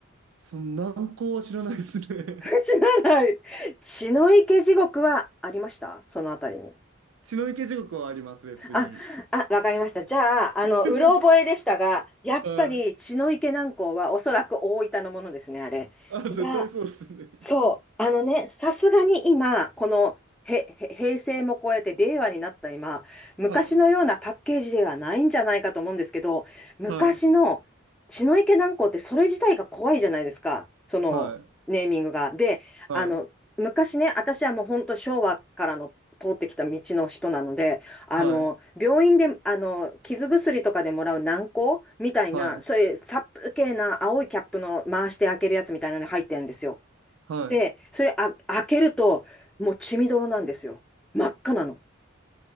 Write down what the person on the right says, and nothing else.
その難航は知らないですね
<laughs> 血の池地獄はありますウェブに
<laughs>
はい
あ絶対そうっすね
はい
はい
はい
はい
はい
はい
は